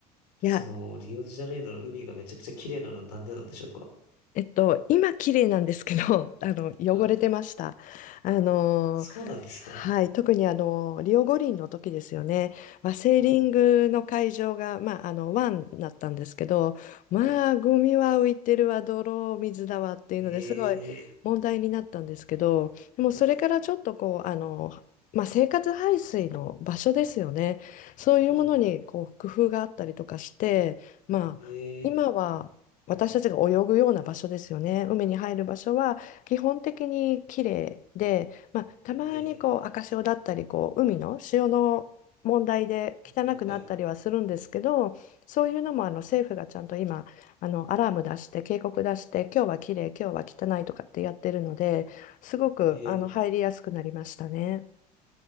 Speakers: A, on the left; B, on the left.
A: そのリオデジャネイロの海がめちゃくちゃ綺麗なのはなんでなんでしょうか
B: いや、えっと、今綺麗なんですけど、<laughs> あの、汚れてました。
A: はい。
B: あのー
A: あ、そうなんですね。
B: はい、特にあのリオ五輪の時ですよね、まあ、セーリングの会場が、
A: はい。
B: まあ、あの湾だったんですけど、まあ、
A: はい。
B: ゴミは浮いてるわ、泥水だわっていうのですごい問題になったんですけど、
A: ええ
B: でもそれからちょっとこう、
A: はい。
B: あのまあ、生活排水の場所ですよね、そういうものにこう工夫があったりとかして、
A: はい。
B: まあ、
A: ええ
B: 今は私たちが泳ぐような場所ですよね。海に入る場所は基本的に綺麗で、まあ、たまにこう赤潮だったりこう海の潮の問題で汚くなったりはするんですけど、
A: ええはい。はい。
B: そういうのもあの政府がちゃんと今あのアラーム出して警告出して今日は綺麗今日は汚いとかってやってるのですごくあの入りやすくなりましたね。
A: ええ